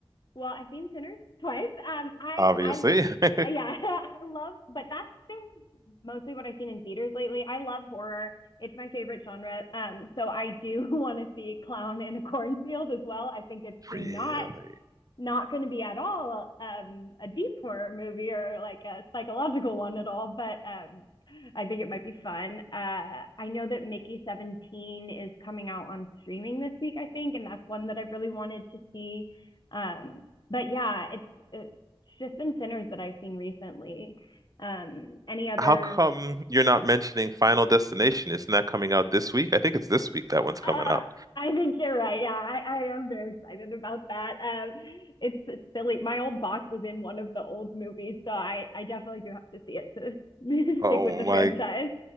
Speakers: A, on the left; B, on the right.
A: Well, I've seen Sinners twice. Um, I,
B: Obviously.
A: I,
B: <laughs>
A: yeah, <laughs> I love, but that's been mostly what I've seen in theaters lately. I love horror. It's my favorite genre. Um, so I do <laughs> want to see Clown in a Cornfield as well. I think it's not
B: Really?
A: not going to be at all um, a deep horror movie or like a psychological one at all, but um, I think it might be fun. Uh, I know that Mickey 17 is coming out on streaming this week, I think, and that's one that I really wanted to see. Um, but yeah, it's it's just been Sinners that I've seen recently. Um, any other
B: How come you're not mentioning Final Destination? Isn't that coming out this week? I think it's this week that one's coming
A: Uh,
B: out.
A: I think you're right. Yeah, I, I am very excited about that. Um, it's silly. My old boss was in one of the old movies, so I, I definitely do have to see it to
B: Oh
A: <laughs> stick with the
B: my
A: franchise.